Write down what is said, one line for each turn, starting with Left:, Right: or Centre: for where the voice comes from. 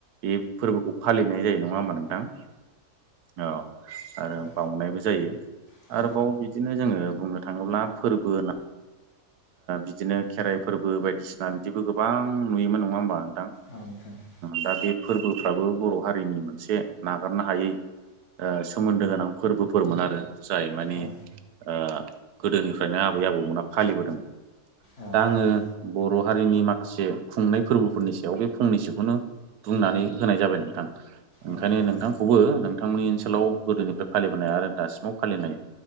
Right: बे फोरबोखौ फालिनाय जायो। नंङा होमबा नोंथां औ आरो
Left: औ
Right: बावनायबो जायो।
Left: औ
Right: आरोबाव बिदि बिदिनो जोंङो बुंनो थांङोब्ला फोरबो होन बिदिनो खेराइ फोरबो बायदिसिना बिदिबो गोबां नुयोमोन नंङा होमबा नोंथां
Left: <inaudible>
Right: दा बे फोरबोफ्राबो बर' हारिनि मोनसे नागारनो हायै सोमोन्दो गोनां फोरबोफोरमोन आरो जाय मानि
Left: औ
Right: ओ गोदोनिफ्रायनो आबै आबौमोना फालिबोदों।
Left: औ
Right: दा आंङो
Left: नोंथां
Right: बर' हारिनि माखासे खुंनाय फोरबोफोरनि सायाव बे फंनैसोखौनो बुंनानै होनाय जाबाय नोंथां ओंखायनो
Left: औ नोंथां
Right: नोंथांखौबो नोंथांमोननि ओनसोलाव गोदोनिफ्राय फालिबोनाय आरो दासिमाव फालिनाय